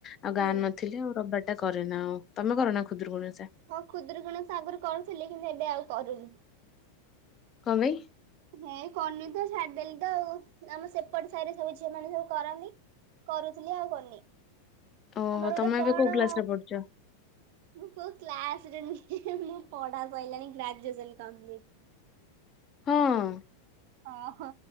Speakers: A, on the left; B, on the right.
A: ଆଉ
B: ହୁଁ
A: ଗାଁ ନଥିଲେ ଆଉ ରବିବାର୍, ଟା କରେ ନା ଆଉ ତମେ କର ନା କ୍ଷୁଦ୍ର କୋଣି ଓଷା?
B: ହଁ କ୍ଷୁଦ୍ର କୋଣି ଓଷା ଆଗର କରୁଥିଲି କିନ୍ତୁ ଏବେ ଆଉ କରୁନି,
A: କମାଇ?
B: ହେ କରନି ତ ଛାଡ଼ିଦେଲି ତ ଆଉ ଆମ ସେପଟ ସାହିରେ ସବୁ ଝିଅ ମାନେ ସବୁ କରନ୍ତି, କରୁଥିଲି ଆଉ କରିନି
A: ଓହୋ
B: ଆମର
A: ତମେ
B: ଗୋଟେ
A: ଏବେ
B: କଣ,
A: କୋଉ କ୍ଲାସ ରେ ପଢୁଛ
B: ମୁଁ କୋଉ କିଲାସ୍ ରେ ମୁଁ ପଢ଼ା କହିଲଣିି ଗ୍ରାଜୁଏସନ୍ କମ୍ପିଲିଟ୍,
A: ହଁ,
B: ଓହୋ